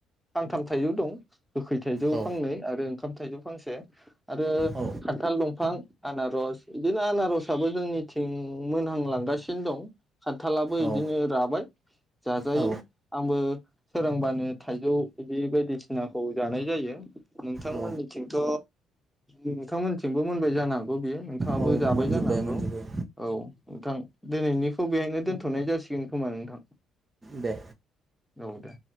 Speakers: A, in the centre; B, on the right (about 30°).
A: फांथाम थाइजौ दं गोखै थाइजौ
B: औ
A: फांनै आरो ओंखाम थाइजौ फांसे आरो
B: औ
A: खानथाल दंफां आनारस बिदिनो आनारसाबो जोंनिथिं मोनहांलां गासिनो दं खान्थालाबो बिदिनो
B: औ
A: राबाय जा जायो
B: औ
A: आंबो सोरांबानो थाइजौ बिदि बायदिसिनाखौ जानाय जायो। नोंथांमोननिथिं
B: औ
A: थ नोंथांमोनथिंबो मोनबाय जानो हागौ बियो। नोंथाङाबो
B: औ
A: जाबाय
B: मोनजोब्बाय
A: जानो हागौ
B: मोनजोब्बाय
A: औ नोंथां दिनैनि खौ बेेहायनो दोनथनाय जासिगोन खोमा नोंथां।
B: दे
A: औ दे